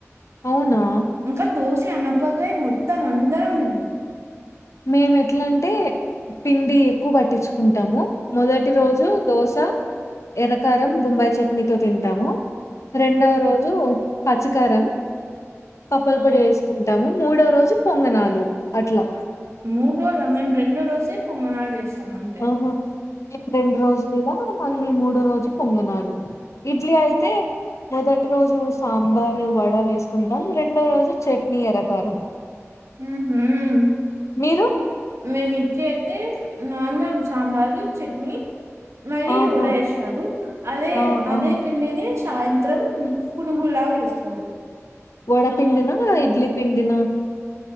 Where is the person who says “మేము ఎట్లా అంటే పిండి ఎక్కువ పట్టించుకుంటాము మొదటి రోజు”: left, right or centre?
Left